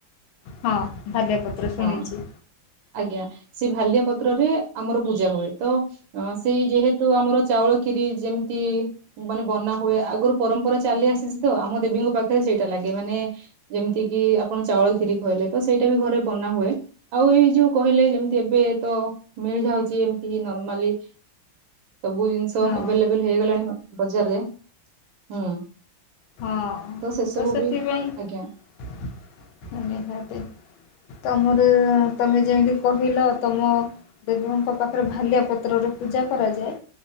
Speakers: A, on the left; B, on the right.
A: ହଁ ଭାଲିଆ ପତ୍ର ଶୁଣିଛି।
B: ହଁ ଆଜ୍ଞା ସେ ଭାଲିଆ ପତ୍ରରେ ଆମର ପୂଜା ହୁଏ ତ ସେଇ ଯେହେତୁ ଆମର ଚାଉଳ ଖିରି ଯେମିତି ମାନେ ବନା ହୁଏ ଆଗରୁ ପରମ୍ପରା ଚାଲି ଆସିଛି ତ ଆମ ଦେବୀଙ୍କ ପାଖରେ ସେଇଟା ଲାଗେ ମାନେ ଯେମିତି କିି ଆପଣ ଚାଉଳ ଖିରି କହିଲେ ତ ସେଇଟା ବି ଘରେ ବନା ହୁଏ ଆଉ ଏଇ ଯୋଉ କହିଲେ ଯେମତି ଏବେ ତ ମିଳିଯାଉଛି ଏମିତି ନର୍ମାଲି। ସବୁ ଜିନିଷ
A: ହଁ
B: ଏଭେଲେବଲ ହେଇଗଲାଣି ବଜାରରେ ହୁଁ।
A: ହଁ
B: ସେ ସବୁ
A: ତ ସେଥିପାଇଁ
B: ବି ଆଜ୍ଞା
A: ନିହାତି ତମରି ତମେ ଯେମିତି କହିଲ ତମ ଦେବୀଙ୍କ ପାଖରେ ଭାଲିଆ ପତ୍ରରେ ପୂଜା କରାଯାଏ।